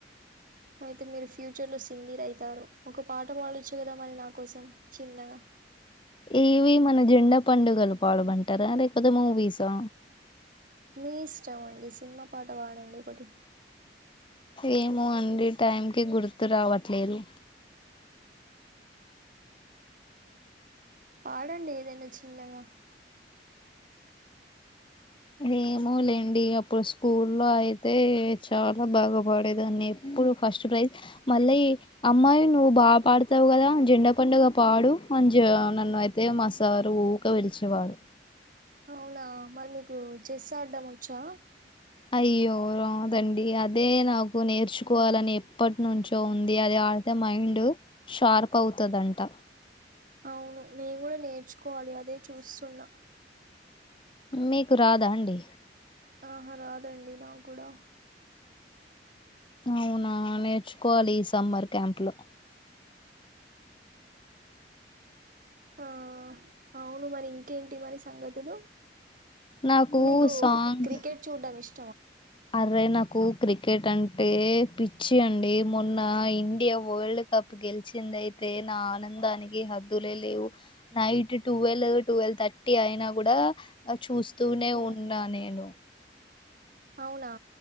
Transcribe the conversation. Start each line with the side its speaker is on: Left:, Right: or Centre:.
Right: అయితే మీరు ఫ్యూచర్ లో సింగర్ అయితారు ఒక పాట పాడొచ్చు కదా మరి నా కోసం చ్ చిన్నగా
Left: ఏవి మన జెండా పండుగలు పాడమంటారా లేకపోతే మూవీసా
Right: మీ ఇష్టం అండి సినిమా పాట పాడండి ఒకటి
Left: ఏమో అండి టైంకిి గుర్తు రావట్లేదు
Right: పాడండి ఏదైనా చిన్నగా
Left: ఏమో లేండి అప్పుడు స్కూల్లో అయితే చాలా బాగాపడేదాన్ని అప్పుడు ఫస్ట్ ప్రైజ్ మళ్ళీ అమ్మాయి నువ్వు బాగా పాడతావు కదా జెండ పండుగ పాడు మంజ్ ననైతే మా సారు ఊకే పిలిచేవారు
Right: అవునా మరి మీకు చెస్ ఆడడం వచ్చా
Left: అయ్యో రాదండి అదే నాకు నేర్చుకోవాలని ఎప్పటి నుంచో ఉంది అది ఆడ్ తే మైండ్ షార్ప్ అవుతదంట
Right: అవును నేను కూడా నేర్చుకోవాలి అదే చూస్తున్నా
Left: మీకు రాదా అండి
Right: ఆహా రాదండి నా క్కుడా
Left: అవునా నేర్చుకోవాలి ఈ సమ్మర్ క్యాంప్ లో
Right: ఆ అవును మరి ఇంకేంటి మరి సంగతులు
Left: నాకు
Right: మీకు
Left: సాంగ్
Right: క్రికెట్ చూడ్డం ఇష్
Left: అర్రే నాకు క్రికెట్ అంటే పిచ్చి అండి మొన్న ఇండియా వరల్డ్ కప్ గెలిచింది అయితే నా ఆనందానికి హద్దులే లేవు night twelve to well thirty అయినా కూడా చూస్తూనే
Right: అండియా
Left: ఉన్నా
Right: నాకు
Left: నేను
Right: అవునా